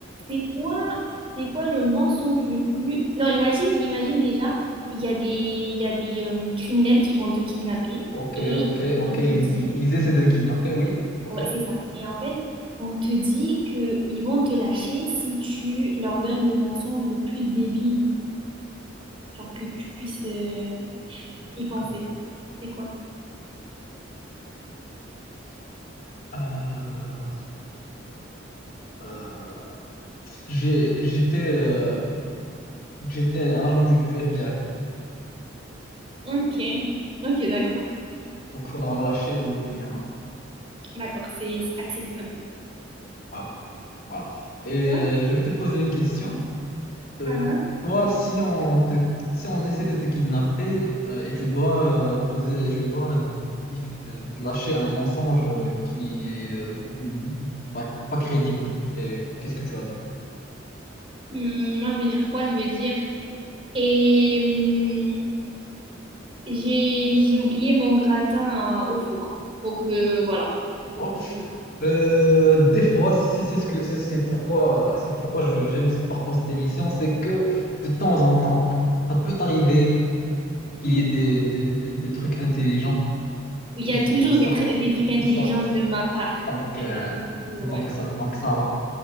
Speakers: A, on the right (about 30°); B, on the left (about 50°).
A: c'est quoi, c'est quoi le mensonge le plus... Non, imagine, imagine déjà, il y a des, il y a des euh, criminels qui vont te kidnapper
B: Ok,
A: et
B: ok,
A: ils-
B: ok.
A: on te
B: Ils,
A: dit...
B: ils essaient de me kidnapper, oui. Ok,
A: Ouais, c'est ça. Et en fait, on te dit que ils vont te lâcher si tu leur donnes le mensonge le plus débile, genre que tu puisses euh, y
B: d'accord.
A: penser. C'est quoi?
B: Euh, euh, j'ai- j'étais euh, j'étais un agent du, du FBI.
A: Ok, ok, d'accord.
B: Donc, faudra me lâcher ou bien.
A: D'accord, c'est c'est acceptable.
B: Voilà, voilà. Et
A: Hop.
B: euh, je vais te poser une question. Euh,
A: Ah, ah.
B: toi, si on te, si on essaie de te kidnapper euh, et tu dois euh, poser, et tu dois dif- euh, lâcher un mensonge euh, qui est euh, pas, pas crédible, euh, qu'est-ce que tu vas dire?
A: Hum, moi, je vais dire quoi? Je vais dire. Et hum, j'ai j'ai oublié mon gratin euh, au four. Faut que voilà. Faut
B: Oh,
A: que je-
B: euh, des fois, c'est c'est- c'est ce que, c'est c'est pourquoi, c'est pourquoi je- j'aime parfois cette émission, c'est que de temps en temps, ça peut arriver qu'il
A: Il
B: y ait des, des, des- des trucs intelligents
A: y
B: qui,
A: a toujours
B: qui sortent,
A: des, tr- des trucs intelligents
B: qui sortent.
A: de ma part.
B: Donc,
A: Tu
B: euh,
A: vois, c'est plutôt
B: donc
A: ouais.
B: ça, donc ça va.